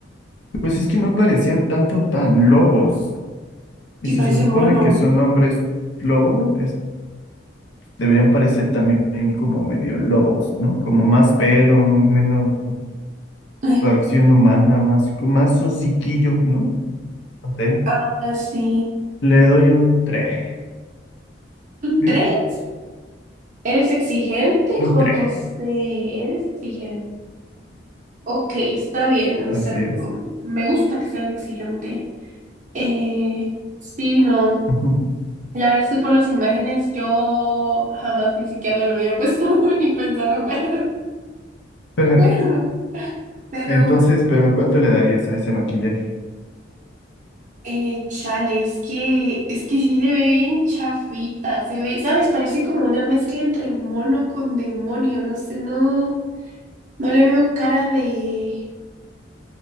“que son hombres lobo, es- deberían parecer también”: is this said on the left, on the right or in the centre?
Left